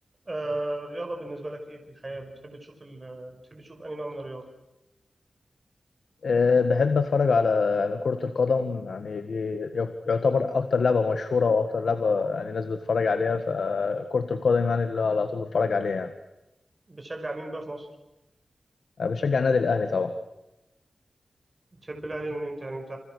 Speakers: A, on the right; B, on the left.
A: آه الرياضة بالنسبة لك إيه في الحياة؟ بتحب تشوف ال... بتحب تشوف أي نوع من الرياضة؟
B: أه، بحب أتفرج على يعني كرة القدم يعني دي يعتبر أكتر لعبة مشهورة وأكتر لعبة يعني الناس بتتفرج عليها فكرة القدم يعني اللي على طول بتفرج عليها يعني
A: بتشجع مين بقى في مصر؟
B: أنا بشجع النادي الأهلي طبعا
A: بتحب الأهلي من إمتى؟ يعني أنت